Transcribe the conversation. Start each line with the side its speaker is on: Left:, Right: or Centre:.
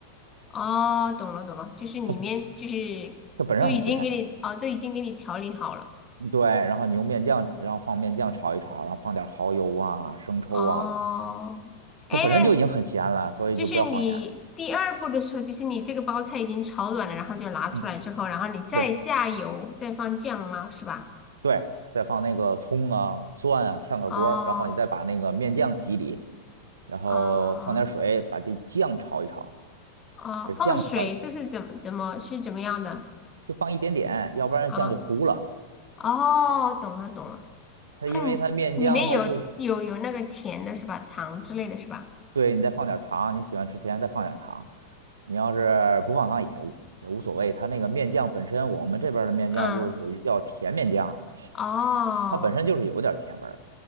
Left: 哦，懂了懂了，就是里面就是都已经给你哦，
Right: 它它本身很咸。
Left: 都已经给你调理好了。
Right: 对，然后你用面酱，然后放面酱炒一炒，然后放点蚝油啊、生抽啊，
Left: 哦，哎，
Right: 这本身就已经很咸了，
Left: 那
Right: 所以就不要放盐。
Left: 就是你第二步的时候，就是你这个包菜已经炒软了，然后就拿出来之后，
Right: 嗯，
Left: 然后你再下油，
Right: 对。
Left: 再放酱吗？是吧？
Right: 对，再放那个葱啊、蒜啊，炝个锅儿，
Left: 哦
Right: 然后你再把那个面酱挤里，然后放点水，
Left: 哦
Right: 把这酱炒一炒，
Left: 哦，
Right: 把这酱炒一炒，
Left: 放水，这是怎么怎么是怎么样的
Right: 就放一点点，要不然酱就糊了。
Left: 啊？哦，懂了懂了，
Right: 它因为它面酱，
Left: 它里里面有有有那个甜的是吧？
Right: 它就是，
Left: 糖之类的是吧？
Right: 对，你再放点糖，你喜欢吃甜，再放点糖。你要是不放糖也无也无所谓，它那个面酱本身，我们这边儿的面酱就是属于叫甜面酱，
Left: 嗯，哦。
Right: 它本身就是有点儿甜味儿。